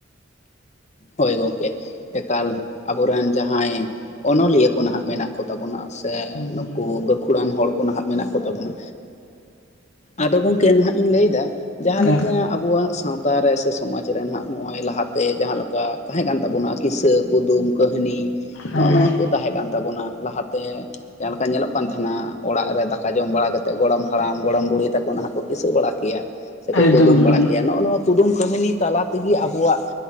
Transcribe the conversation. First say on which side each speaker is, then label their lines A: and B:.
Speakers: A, on the left; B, on the left.
A: ᱦᱳᱭ ᱜᱚᱢᱠᱮ ᱮᱠᱟᱞ ᱟᱵᱚᱨᱮᱱ ᱡᱟᱦᱟᱸᱭ ᱚᱱᱚᱞᱤᱭᱟᱹ ᱠᱚ ᱱᱟᱦᱟᱜ ᱢᱮᱱᱟᱜ ᱠᱚ ᱵᱚᱱᱟ ᱥᱮ
B: ᱦᱮᱸ
A: ᱱᱩᱠᱩ ᱜᱟᱹᱠᱷᱩᱲᱟᱱ ᱦᱚᱲ ᱠᱚ ᱱᱟᱦᱟᱜ ᱢᱮᱱᱟᱜ ᱠᱚ ᱛᱟᱵᱚᱱᱟ᱾ ᱟᱫᱚ ᱜᱚᱝᱠᱮ ᱱᱟᱦᱟᱜ ᱤᱧ ᱞᱟᱹᱭᱫᱟ ᱡᱟᱦᱟᱸ
B: ᱦᱮᱸ
A: ᱞᱮᱠᱟ ᱟᱵᱚᱣᱟᱜ ᱥᱟᱶᱛᱟ ᱨᱮ ᱥᱮ ᱥᱚᱢᱟᱡᱽ ᱨᱮ ᱱᱟᱦᱟᱜ ᱱᱚᱜ-ᱚᱭ ᱞᱟᱦᱟᱛᱮ ᱡᱟᱦᱟᱸ ᱞᱮᱠᱟ ᱛᱟᱦᱮᱸ ᱠᱟᱱ ᱛᱟᱵᱚᱱᱟ ᱠᱤ ᱥᱟᱹᱠ ᱠᱩᱫᱩᱢ, ᱠᱟᱹᱦᱱᱤ
B: ᱦᱮᱸ
A: ᱱᱚᱜ-ᱚ ᱱᱚᱣᱟ ᱠᱚ ᱛᱟᱦᱮᱸ ᱠᱟᱱ ᱛᱟᱵᱚᱱᱟ ᱞᱟᱦᱟᱛᱮ ᱡᱟᱦᱟᱸ ᱞᱮᱠᱟ ᱧᱮᱞᱚᱜ ᱠᱟᱱ ᱛᱟᱦᱮᱱᱟ ᱚᱲᱟᱜ ᱨᱮ ᱫᱟᱠᱟ ᱡᱚᱢ ᱵᱟᱲᱟ ᱠᱟᱛ ᱮᱫ ᱜᱚᱲᱚᱢ ᱦᱟᱲᱟᱢ, ᱜᱚᱲᱚᱢ ᱵᱩᱲᱦᱤ ᱛᱟᱠᱚ ᱱᱟᱦᱟᱜ ᱠᱚ ᱠᱤᱥᱟᱹ ᱵᱟᱲᱟ ᱠᱮᱭᱟ ᱥᱮ
B: ᱦᱮᱸ
A: ᱠᱚ ᱠᱩᱫᱩᱢ
B: ᱮᱠᱫᱚᱢ ᱮᱠᱫᱚᱢ
A: ᱵᱟᱲᱟ ᱠᱮᱭᱟ ᱱᱚᱜ-ᱚ ᱱᱚᱣᱟ ᱠᱩᱫᱩᱢ ᱠᱟᱹᱦᱱᱤ ᱛᱟᱞᱟ ᱛᱮᱜᱮ ᱟᱵᱚᱣᱟᱜ